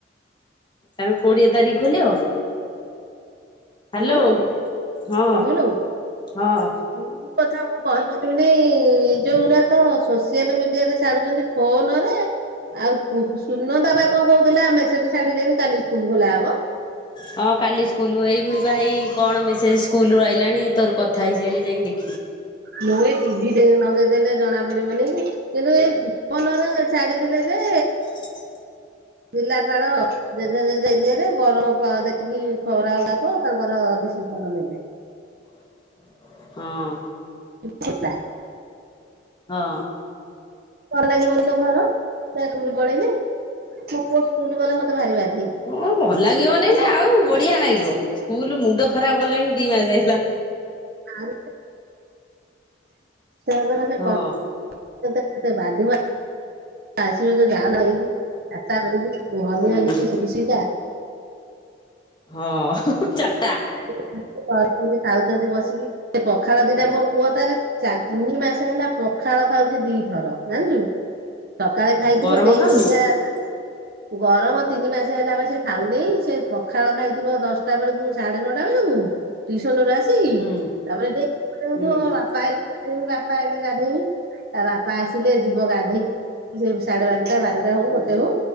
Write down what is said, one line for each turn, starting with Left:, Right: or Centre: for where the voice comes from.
Left: ତମେ କୋଡିଏ ତାରିଖ ଖୋଲିବ? ହ୍ୟାଲୋ
Right: ଶୁଣୁଉ ସୁଣୁୁଉ
Left: ହଁ ହଁ
Right: ଶୁଣୁ କଥା ମୁ କହିପାରିବି ନାଇ ଯୋଉଗୁଡା ତ ସୋସିଆଲ ମିଡିଆ ରେ ଛାଡୁଛନ୍ତି ଫୋନରେଉ। ଆଉ ସୁନଦାତା ପା କଣ କହୁଥିଲା। ମେସେଜ ଛାଡ଼ିଲେଣି କାଲି ସ୍କୁଲ ଖୋଲା ହବ।
Left: ହଁ କାଲି ସ୍କୁଲ ଏଇଖୁଣି ପା ହେଇ କଣ ମେସେଜ ସ୍କୁଲରୁ ଆଇଲାଣି ତୋର କଥା ହେଇଶାଇଲେ ଯାଇକି
Right: ମୁଁ। ଭି ଲଗେଇଦେଲେ ଜଣା ପଡିବନି କି କିନ୍ତୁ ଏଇ ଫନର ଛାଡିଦଲେ ଯେ
Left: <inaudible>
Right: ପିଲାପାଳ ଜେଜୋଜେଜ ଏରିଆରେ ଗରମ ଦେଖିକି ଖରା ଗପ ତାଙ୍କର ବି ସେ ଭଲ ଲାଗେ।
Left: <inaudible> ହଁ।
Right: <unintelligible> କ
Left: ହଁ
Right: ଲାଗି ବିଲ ଘର ସ୍କୁଲ ପଳେଇଲି ମୋ ପୁଅ ସ୍କୁଲ ଗଲେ ମତେ ବାହାରିବାର
Left: ଓ ଭଲ ଲାଗିବ ନାଇଁ ନା ଆଉ ବଢିଆ ନାଗିବ ସ୍କୁଲ ମୁଣ୍ଡ ଖରାପ କଲେଣି ଦି ମାସ ଯାଇ ନା
Right: ଆଉ ତାଙ୍କର ସେ
Left: ହଁ
Right: କ କେତେ ବାଧିବ। ଆସିବ ଯେ ଧାନ ହେଇକି <unintelligible> ହଲି
Left: ହୁଁ
Right: ହଲି ସେଟା
Left: ହଁ ଚାରିଟା
Right: <inaudible> ଖାଉଛନ୍ତି ବସିକି ସେ ପଖାଳ ଦିଟା ମୋ ପୁଅ ତାର ତିନି ମାସ ହେଲା ପଖାଳ ଖାଉଛି ଦି ଥର ଜାଣିଛୁ ସକାଳେ ଖାଇଥିବ
Left: ଗରମ
Right: ଡେଇଁ
Left: ଖାଉନି
Right: ଡେଇଁକା
Left: <inaudible>
Right: ଗରମ ତିନି ମାସ ହେଲା ପରେ ସେ ଖାଉନି ସେ ପଖାଳ ଖାଇଥିବ ଦଶଟା ବେଳକୁ ସାଢେ ନଅଟା ବେଳକୁ ଟିଉସନ ରୁ ଆସିକି
Left: ହୁଁ
Right: ତାପରେ
Left: ହୁଁ
Right: ମ ବାପା ଗବି ବାପା ଆଇଲେ ଗାଧେଇବି ତା ବାପା ଆସିଲେ ଯିବ ଗାଧେଇକି ସାଢ଼େ ବାର ଟା ବାରଟା ହଉ
Left: ହୁଁ
Right: ଗୋଟେ ହଉ